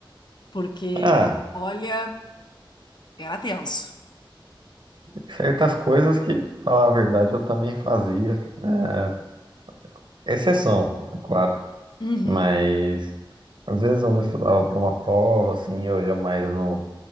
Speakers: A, on the left; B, on the right.
A: porque,
B: Ah.
A: olha, era tenso.
B: Certas coisas que, pra falar a verdade, eu também fazia, né? Exceção, é claro.
A: Uhum,
B: Mas às vezes eu não estudava para uma prova, assim, eu ia mais no.